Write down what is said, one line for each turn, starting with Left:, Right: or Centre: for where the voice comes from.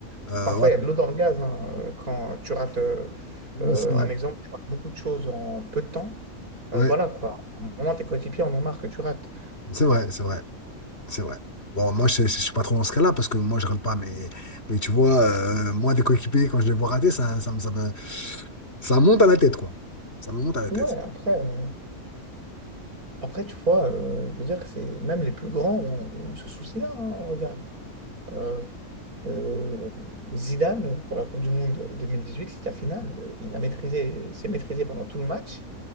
Left: euh,
Right: parfois,
Left: ouais,
Right: il y a de l'eau dans le gaz. hein, euh, quand tu rates, euh, euh,
Left: c'est vrai.
Right: un exemple, tu rates beaucoup de choses en peu de temps.
Left: Ouais,
Right: Euh, voilà quoi. À un moment, tes coéquipiers en ont marre que tu rates.
Left: c'est vrai, c'est vrai. C'est vrai. Bon, moi, je ne suis pas trop dans ce cas-là parce que moi, je râle pas. Mais, mais tu vois, euh, moi, des coéquipiers, quand je les vois rater, ça, ça, me- ça me, ça monte à la tête, quoi. Ça me monte à la
Right: Ouais,
Left: tête.
Right: après, euh, après tu vois, euh, je veux dire, c'est même les plus grands ont, ont ce souci-là. hein, regarde. Euh, Euh, Zidane, pour la Coupe du Monde 2018, la finale, euh, il a maîtrisé, s'est maîtrisé pendant tout le match